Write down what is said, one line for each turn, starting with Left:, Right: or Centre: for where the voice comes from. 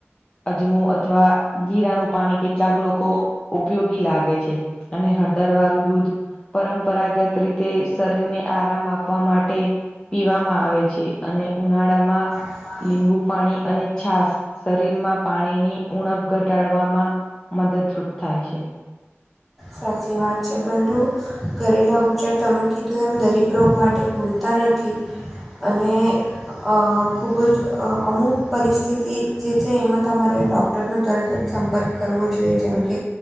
Left: અજમું અથવા જીરાનું પાણી કેટલાક લોકો ઉપયોગી લાગે છે, અને હળદર વાળું દૂધ પરંપરાગત રીતે શરીરને આરામ આપવા માટે પીવામાં આવે છે, અને ઉનાળામાં
Centre: <unintelligible>
Left: લીંબુ પાણી અને છાસ શરીરમાં પાણીની ઉણપ ઘટાડવામાં મદદરૂપ થાય છે.
Centre: સાથી વાત છે બંતું કરેલા ઉપચાર તમે કીધું એમ દરેક રોગ માટે પૂરતા નથી. અને અ ખૂબ જ અ અમુક પરિસ્થિતિ જે છે એમાં તમારે ડૉક્ટરનો તરત જ સંપર્ક કરવો જોઈએ જેમ કે